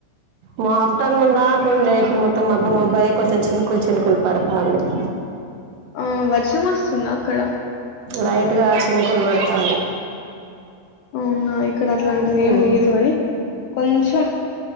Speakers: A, on the right; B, on the left.
A: మా ఆఫ్టర్నూన్ దా కుండే ఇప్పుడు మొత్తం మబ్బు మబ్బాయి కొంచెం చినుకులు చినుకులు పడతాంది
B: ఆ వర్షం వస్తుందా అక్కడ
A: లైట్గా చినుకులు పడతాంది
B: అవునా ఇక్కడ అట్లాంటిది ఏమి
A: ఉమ్
B: లేదు కాని కొంచెం